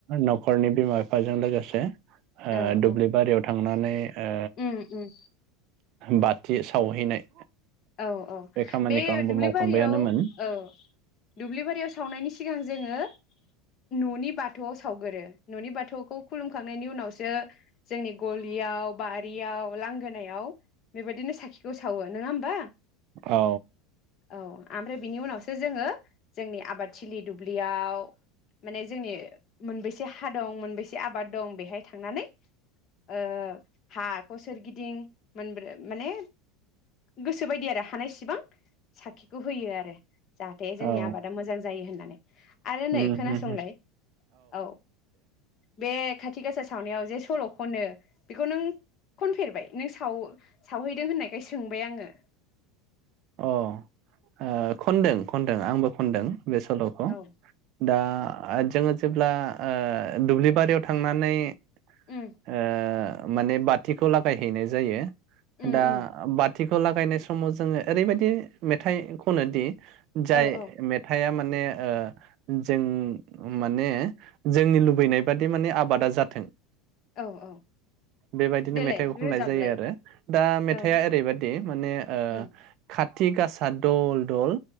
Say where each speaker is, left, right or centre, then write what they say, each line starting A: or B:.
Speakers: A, on the right; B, on the left.
A: न'खरनि बिमा फिफाजों लोगोसे। ओ
B: औ
A: दुब्लिबारियाव
B: औ
A: थांनानै ओ
B: उम उम।
A: बाथि सावहैनाय
B: औ औ।
A: खामानिखौ
B: बे
A: आंबो
B: दुब्लि
A: मावखांबायानोमोन
B: बारियाव औ दुब्लिबारियाव सावनायनि सिगां जोङो न'नि बाथौआव सावगोरो। न'नि बाथौखौ खुलुमखांनायनि उनावसो जोंनि गलियाव, बारियाव, लांगोनायाव बेबायदिनो साखिखौ सावो। नोङा होमबा?
A: औ।
B: औ। ओमफ्राय बिनि उनावसो जोङो जोंनि आबाद थिलि दुब्लियाव माने जोंनि मोनबेसे हा दं, मोनबेसे आबाद दं बेहाय थांनानै ओ हाखौ सोरगिदिं मोनब्रै माने गो <inaudible> सो बायदि आरो हानायसिबां साखिखौ होयो आरो जाहाथे जोंनि
A: औ
B: आबादा मोजां जायो होनना। आरो नै
A: उम
B: खोनासंलाय
A: उम
B: औ बे खाथि गासा सावनायाव जे सल' खनो बेखौ नों खनफेरबाय? नों साव सावहैदों होननायखाय सोंबाय आङो।
A: अ ओ खनदों खनदों आंबो खनदों। बे सल'खौ।
B: आङो
A: दा जोङो जेब्ला आ दुब्लि बारियाव थांनानै ओ
B: उम
A: माने बाथिखौ लागायहैनाय जायो।
B: उम
A: दा
B: उम
A: बा थिखौ लागायनाय समाव जोङो ओरैबायदि मेथाइ खनो दि जाय
B: औ औ
A: मेथाया माने ओ जों माने जोंनि लुबैनाय बादि माने आबादा जाथों
B: औ औ
A: बेबायदिनो
B: देलाय
A: मेथाइखौ खननाय
B: रोजाबलाय
A: जायो आरो दा मेथाया
B: औ
A: ओरैबायदि माने ओ
B: उम
A: खा थिक गासा दल दल